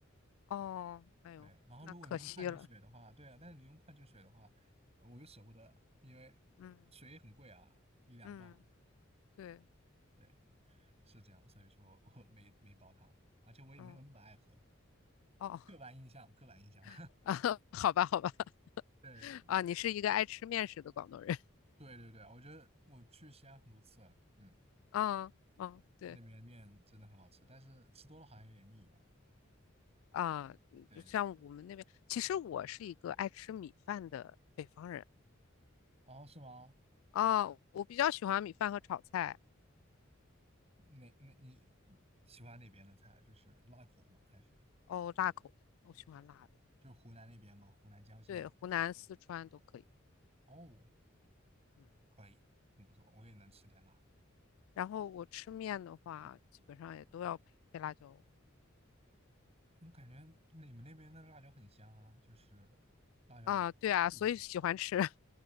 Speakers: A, on the left; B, on the right.
A: 哦，哎呦，
B: 对，然后如果你用矿泉水的话，
A: 那可惜了。
B: 对啊，但是你用矿泉水的话，我又舍不得，因为水也很贵啊，
A: 嗯
B: 一两磅。
A: 嗯，对，
B: 对，是这样，所以说我没没煲汤，而且我也没有那么爱喝。
A: 嗯，哦，
B: 刻板印象，刻板印象，
A: <laughs> 啊，好吧好吧，<laughs>
B: <laughs> 对对
A: 啊，你是一个爱吃面食的广东人。
B: 对对对，我觉得我去西安很多次了，嗯，
A: 啊嗯，对
B: 那边的面真的很好吃，但是吃多了好像有点腻吧？
A: 啊，嗯就像我们那边，
B: 对对对，
A: 其实我是一个爱吃米饭的北方人
B: 哦，是吗？
A: 啊，我比较喜欢米饭和炒菜。
B: 那那你喜欢哪边的菜？就是辣口的吗？还是
A: 哦，辣口的，我喜欢辣的。
B: 就是湖南那边吗？湖南江西那边？
A: 对，湖南、四川都可以。
B: 哦，
A: 嗯，
B: 可以，很不错，我也能吃点辣。
A: 然后我吃面的话，基本上也都要配辣椒。
B: 我感觉你们那边的辣椒很香啊，就是辣椒有。
A: 啊，对啊，
B: 嗯
A: 所以喜欢吃 <laughs>